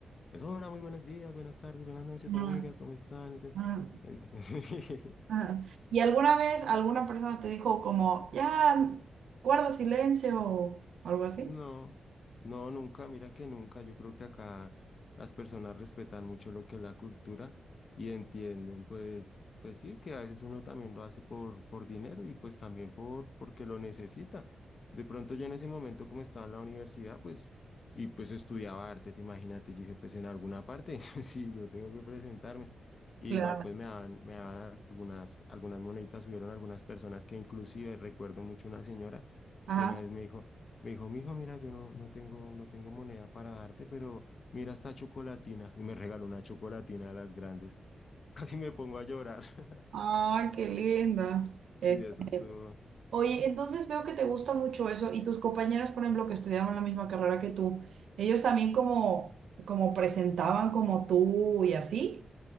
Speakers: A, on the left (about 55°); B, on the right (about 80°).
A: Pues, hola, muy buenos días, buenas tardes, buenas noches,
B: Mm,
A: familia, ¿cómo están? Y te-
B: mm.
A: el- <laughs>
B: Ajá. ¿Y alguna vez alguna persona te dijo como, ya, guarda silencio o algo así?
A: No, no, nunca, mira que nunca. Yo creo que acá las personas respetan mucho lo que es la cultura y entienden, pues, pues sí, que a veces uno también lo hace por, por dinero y pues también por, porque lo necesita. De pronto yo en ese momento como estaba en la universidad, pues, y pues estudiaba artes, imagínate, yo dije, pues en alguna parte, <laughs> sí, yo tengo que presentarme. E
B: Claro.
A: Igual pues me daban, me daban algunas, algunas moneditas, hubieron algunas personas que inclusive recuerdo mucho una señora
B: Ajá.
A: que una vez me dijo, me dijo, mijo, mira, yo no, no tengo, no tengo moneda para darte, pero mira esta chocolatina. Y me regaló una chocolatina de las grandes. <laughs> Casi me pongo a llorar. <laughs>
B: Ay, qué linda.
A: Sí,
B: Es-
A: eso estuvo.
B: Oye, entonces veo que te gusta mucho eso y tus compañeras, por ejemplo, que estudiaban la misma carrera que tú, ellos también como, como presentaban como tú y así.